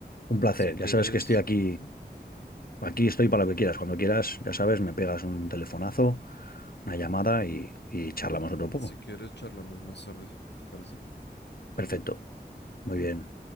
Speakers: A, on the left; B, on the left.
A: un placer.
B: Si quieres,
A: Ya sabes que estoy aquí,
B: ujú,
A: aquí estoy para lo que quieras. Cuando quieras, ya sabes, me pegas un telefonazo, una llamada y, y charlamos otro poco.
B: si quieres, charlamos más tarde, ¿te parece?
A: Perfecto, muy bien.